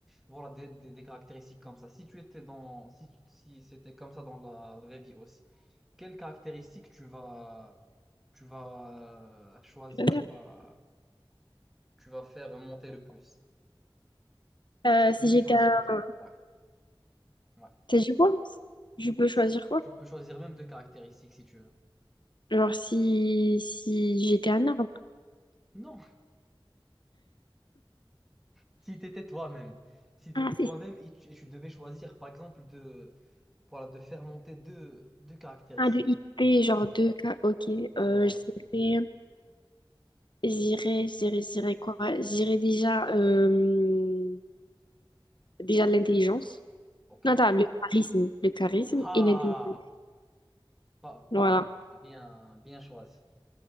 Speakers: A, in the centre; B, on the left (about 60°).
A: voilà, des, des- des caractéristiques comme ça. Si tu étais dans, si, si c'était comme ça dans la vraie vie aussi quelles caractéristiques tu vas, tu vas choisir,
B: très bien.
A: tu vas, tu vas faire monter le plus.
B: Euh,
A: Tu peux
B: si
A: même
B: j'étais
A: choisir
B: un...
A: deux. Ouais, ouais.
B: T'as du bois? Je peux choisir
A: Tu,
B: quoi?
A: tu peux choisir même deux caractéristiques si tu veux.
B: Genre, si, si j'étais un arbre.
A: Non, <laughs> si tu étais toi-même. Si tu
B: Ah,
A: étais toi-même
B: c'est
A: et tu, et tu devais choisir, par exemple, de, voilà, de faire monter deux, deux caractéristiques.
B: un de IP,
A: Ouais.
B: genre deux k Ok.
A: Voilà.
B: Euh, j'irais, j'irais, j'irais, j'irais quoi? J'irais déjà, euh, déjà de l'intelligence.
A: OK.
B: Non, attends, le charisme. Le charisme
A: Ah!
B: et l'intelligence.
A: Pas,
B: Voilà.
A: pas mal. Bien, bien choisi.